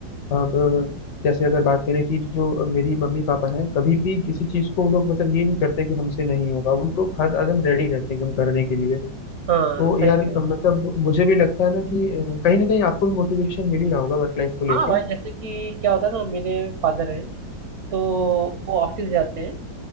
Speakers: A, on the left; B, on the right.
A: अब अ, जैसे अगर बात करें कि जो मेरी मम्मी पापा हैं कभी भी किसी चीज को वो लोग मतलब ये नहीं करते कि हमसे नहीं होगा वो लोग हर कदम रेडी रहते हैं एकदम करने के लिए
B: हाँ
A: तो
B: सही
A: यार
B: है
A: अ, मतलब मुझे भी लगता है ना कि अ, कहीं ना कहीं आपको भी मोटिवेशन मिल ही रहा होगा वर्क लाइफ को लेके
B: हाँ भाई जैसे कि क्या होता है ना मेरे फादर हैं तो वो ऑफिस जाते हैं